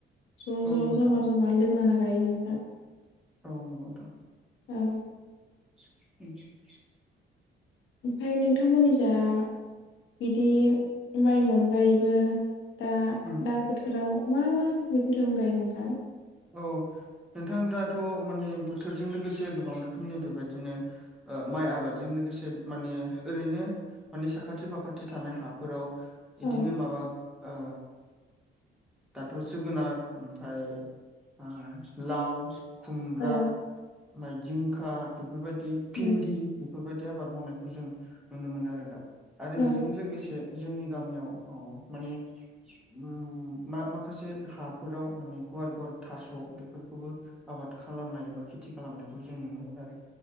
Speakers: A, on the left; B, in the centre.
A: ज' ज'
B: औ नोंथां
A: जमा जमा लोगो नांना गायो नोंथां
B: औ नोंगौ नोंथां
A: औ
B: <inaudible>
A: ओमफ्राय नोंथांमोननि जा बिदि माइनि अनगायैबो दा
B: उ
A: दा बोथोराव मा मा मैगं थाइगं गायो नोंथां?
B: औ नोंथां दाथ' माने बोथोरजों लोगोसे गोबां रोखोमनि बेबायदिनो ओ माइ आबादजों लोगोसे माने ओरैनो माने साखाथि फाखाथि थानाय हाफोराव
A: औ
B: इदिनो माबा ओ दाथ' जोगोनार ओमफफ्राय ओ लाव, खुमब्रा
A: औ
B: ओमफ्राय जिंखा बेफोरबायदि भिन्दि
A: उम
B: बेफोरबायदि आबाद मावनायखौ जों नुनो मोनो आरो नोंथां आरो
A: औ
B: बेजों लोगोसे जोंनि गामियाव औ माने उम मा-माखासे हाफोराव माने गुवार गुवार थास' बेफोरखौबो आबाद खालामनाय एबा खेथि खालामनायखौ जों नुनो मोनो आरो